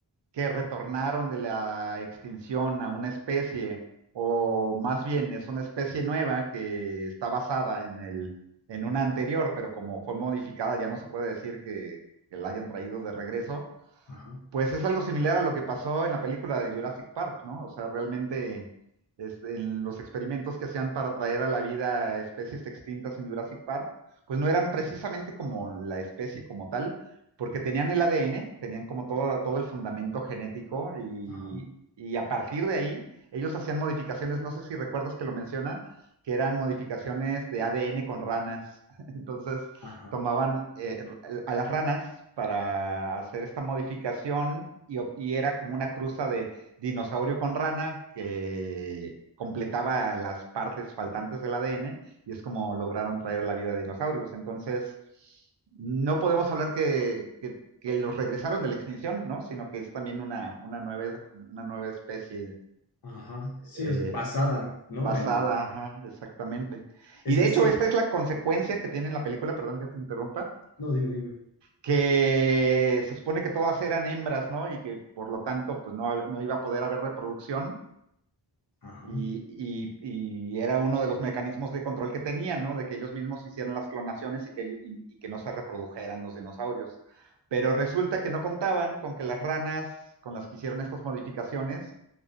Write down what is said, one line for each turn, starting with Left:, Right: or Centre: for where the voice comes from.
Right: que retornaron de la extinción a una especie, o más bien es una especie nueva que está basada en el, en una anterior, pero como fue modificada, ya no se puede decir que, que la hayan traído de regreso.
Left: Ajá,
Right: Pues es algo similar a lo que pasó en la película de Jurassic Park, ¿no? O sea, realmente es- en los experimentos que hacían para traer a la vida especies extintas en Jurassic Park, pues no eran precisamente como la especie como tal, porque tenían el ADN, tenían como todo, todo el fundamento genético y,
Left: ajá,
Right: y a partir de ahí ellos hacían modificaciones, no sé si recuerdas que lo mencionan, que eran modificaciones de ADN con ranas. <laughs> Entonces,
Left: ajá,
Right: tomaban eh, a las ranas para hacer esta modificación y, ob- y era como una cruza de dinosaurio con rana que completaba las partes faltantes del ADN y es como lograron traer a la vida dinosaurios. Entonces, no podemos hablar que, que- que los regresaron de la extinción, ¿no? Sino que es también una, una nueva, una nueva especie
Left: ajá. Sí,
Right: eh,
Left: es basada, ¿no?
Right: basada,
Left: En...
Right: ajá, exactamente.
Left: Es
Right: Y de
Left: que
Right: hecho,
Left: sí,
Right: esta es la consecuencia que tiene en la película, perdón que te interrumpa,
Left: no, dime, dime.
Right: que se supone que todas eran hembras, ¿no? Y que por lo tanto, pues no, no iba a poder haber reproducción.
Left: Ajá.
Right: Y, y, y, era uno de los mecanismos de control que tenían, ¿no? De que ellos mismos hicieran las clonaciones y que, y, y que no se reprodujeran los dinosaurios. Pero resulta que no contaban con que las ranas con las que hicieron estas modificaciones